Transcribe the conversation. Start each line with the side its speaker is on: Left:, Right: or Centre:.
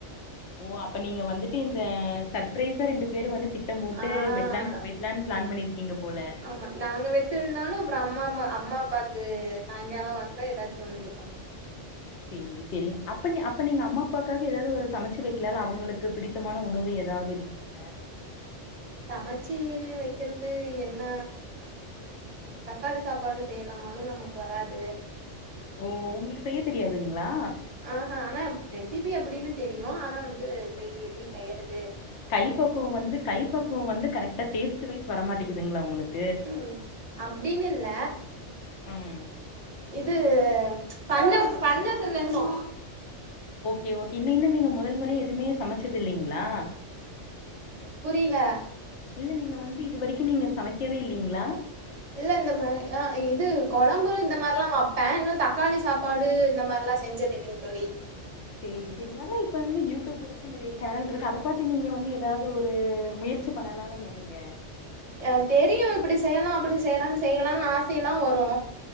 Left: ஓ அப்ப நீங்க வந்துட்டு இந்த சர்பரைஸா ரெண்டு பேரு வந்து திட்டம் போட்டு
Right: ஆ
Left: வெட்டாலு வெட் ல்லான்னு பிளான் பண்ணிருக்கீங்க போல
Right: ஆமா நாங்க வெட்டல்நாலு அப்றோ அம்மா அம்மா அம்மா அப்பாக்கு சாங்கால வாக்குல எதாச்சு ஒன்னு இது பண்ணுவோ
Left: சேரி செரிங் அப்ப நீ அப்ப நீங்க அம்மா அப்பாக்காக எதாவ்து ஒரு சமைச்சு வெக்கலால்ல அவங்களுக்கு பிடித்தமான உணவு எதாவ்து இருந் ஃப்ரிட்ஜில
Right: சமச்சி வெக்கிறது என்ன தக்காளி சாப்பாடு செய்யலானாலு நமக்கு வராது
Left: ஓ உங்களுக்கு செய்ய தெரியாதுங்ளா
Right: ஆஹா ஆனா ரெசிபி எப்பிடின்னு தெரியு ஆனா வந்து செய் எப்டி செய்யறது தா
Left: கைப்பக்குவொ வந்து கைப்பக்குவொ வந்து கரெக்டா டேஸ்ட் வைஸ் வர மாட்டேங்குதுங்ளா உங்களுக்
Right: ம் அப்டின் இல்ல
Left: ம்
Right: இது பண்ண பண்ணதில்லன்னு
Left: ஓகே ஓகே இன்னு நீங்க முதல் முறை எதுமே சமைச்சத் இல்லைங்ளா
Right: புரியில
Left: இல்ல நீங்க வந்து இது வெரைக்கூ நீங்க சமைக்கவே இல்லிங்ளா
Right: இல்ல இல்ல மாரி ஆ இது கொழம்பு இந்த மார்லா வப்பே இன்னு தக்காளி சாப்பாடு இந்த மால்லா செஞ்சத் இல்லைங்க தோழி
Left: சேரி சரிங்க அதா இப்ப வந்து யூடியூப் இருக்கு நிறைய சேனல் இருக்கு அத பாத்து நீங்க வந்து ஏதாது ஒரு முயற் ச்சி பண்ணலாலைங்க நீங்க
Right: ஏ தெரியு இப்டி செய்யலா அப்டி செய்யலானு செய்யலானு ஆசையெல்லா வரு